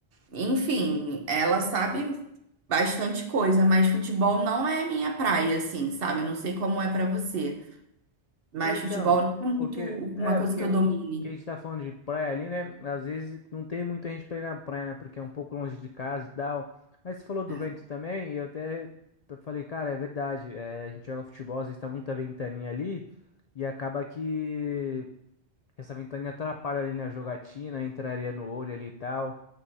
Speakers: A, on the right; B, on the left.
A: Enfim, ela sabe bastante coisa, mas futebol não é minha praia, assim, sabe? Eu não sei como é pra você, mas
B: É, então,
A: futebol não é muito
B: porque
A: uma
B: é,
A: coisa
B: porque
A: que eu
B: o
A: domine.
B: que a gente tá falando de praia ali, né? Às vezes não tem muita gente pra ir na praia, né? Porque é um pouco longe de casa e tal. Mas você falou do
A: É.
B: vento também, e eu até eu falei, cara, é verdade. é, a gente joga futebol, às vezes tá muita ventaninha ali, e acaba que que essa ventaninha atrapalha ali na jogatina, entraria no olho ali e tal.